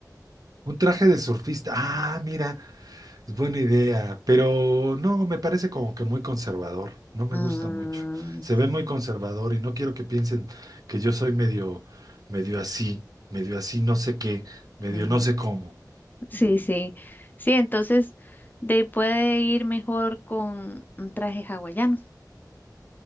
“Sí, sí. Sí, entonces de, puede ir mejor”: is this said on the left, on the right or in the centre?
Left